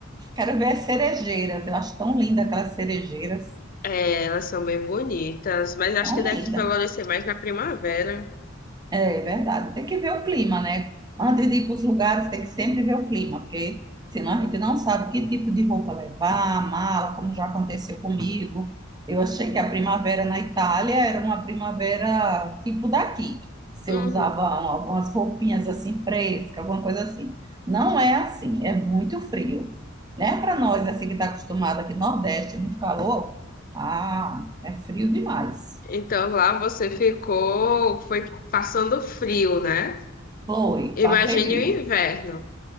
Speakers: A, on the right; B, on the left.
A: quero ver as cerejeiras. Eu acho tão linda aquelas cerejeiras.
B: é, elas são bem bonitas, mas acho
A: Tão
B: que deve
A: linda.
B: florescer mais na primavera.
A: É verdade, tem que ver o clima, né? Antes de ir para os lugares, tem que sempre ver o clima, porque senão a gente não sabe que tipo de roupa levar, mala, como já aconteceu comigo. Eu achei que a primavera na Itália era uma primavera tipo daqui. Você
B: Uhum.
A: usava algumas roupinhas assim frescas, alguma coisa assim. Não é assim, é muito frio, né? Para nós, assim que está acostumado aqui no Nordeste, muito calor, ah, é frio demais.
B: Então lá você ficou, foi passando frio, né?
A: Foi,
B: Imagine
A: passei frio.
B: o inverno.